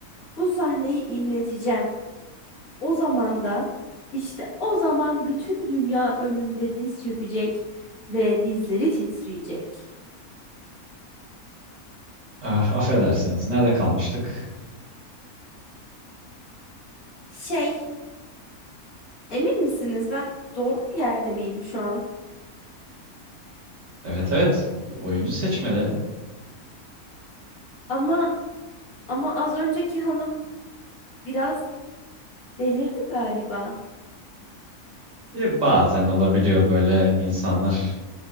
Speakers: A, on the left; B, on the right.
A: Bu sahneyi inleteceğim. O zaman da işte o zaman bütün dünya önümde diz çökecek ve dizleri titreyecek.
B: Ah, affedersiniz nerede kalmıştık?
A: Şey, emin misiniz ben doğru yerde miyim şu an?
B: Evet evet oyuncu seçmeleri.
A: Ama ama az önceki hanım biraz delirdi galiba.
B: E, bazen olabiliyor böyle insanlar.